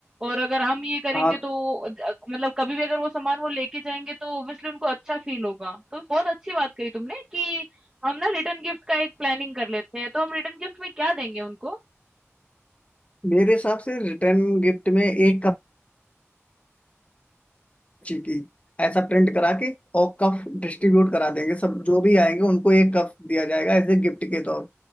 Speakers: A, on the right; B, on the left.
A: और अगर हम ये करेंगे
B: हाँ
A: तो ज मतलब कभी भी अगर वो सामान वो लेके जाएँगे तो ऑब्वियसली उनको अच्छा फ़ील होगा। तो बहुत अच्छी बात कही तुमने कि हम ना रिटर्न गिफ्ट का एक प्लानिंग कर लेते हैं। तो हम रिटर्न गिफ्ट में क्या देंगे उनको?
B: मेरे हिसाब से रिटर्न गिफ्ट में एक कप ची की ऐसा प्रिंट करा के और कप डिस्ट्रीब्यूट करा देंगे सब जो भी आएंगे उनको एक कप दिया जाएगा एज ए गिफ्ट के तौर